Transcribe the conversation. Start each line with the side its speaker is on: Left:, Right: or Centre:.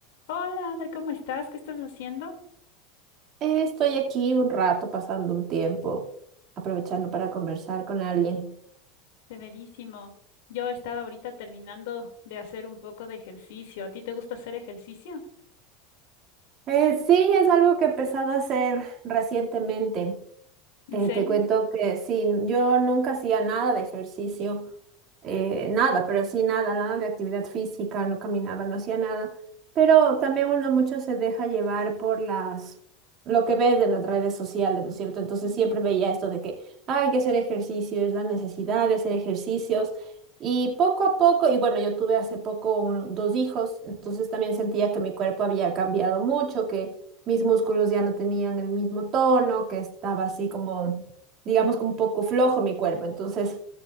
Left: Hola, Ander, ¿cómo estás? ¿Qué estás haciendo?
Right: Eh, Estoy aquí un rato, pasando un tiempo, aprovechando para conversar con alguien.
Left: Severísimo. Yo estaba ahorita terminando de hacer un poco de ejercicio. ¿A ti te gusta hacer ejercicio?
Right: Eh, sí, es algo que he empezado a hacer recientemente.
Left: ¿En
Right: Eh,
Left: serio?
Right: te cuento que sí, yo nunca hacía nada de ejercicio, eh, nada, pero sí nada, nada de actividad física, no caminaba, no hacía nada. Pero también uno mucho se deja llevar por las, lo que ves de las redes sociales, ¿no es cierto? Entonces
Left: Ujú.
Right: siempre veía esto de que "Ah, hay que hacer ejercicio, es la necesidad de hacer ejercicios. Y poco a poco, y bueno, yo tuve hace poco un- dos hijos, entonces también sentía que mi cuerpo había cambiado mucho, que mis músculos ya no tenían el mismo tono, que estaba así como, digamos, como un poco flojo mi cuerpo. Entonces,